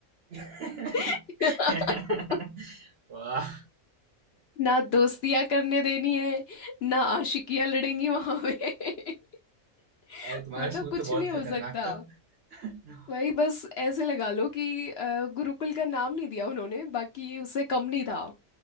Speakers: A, on the right; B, on the left.
A: <laughs>
B: <laughs>
A: वाह
B: ना दोस्तियां करने देनी है ना आशिकियां लड़ेंगी वहां पे <laughs>
A: यार तुम्हारा
B: मतलब
A: स्कूल
B: कुछ
A: तो बहुत
B: नहीं हो
A: खतरनाक
B: सकता
A: था <laughs>
B: वही बस ऐसे लगा लो कि अ, गुरुकुल का नाम नहीं दिया उन्होंने बाकी उससे कम नहीं था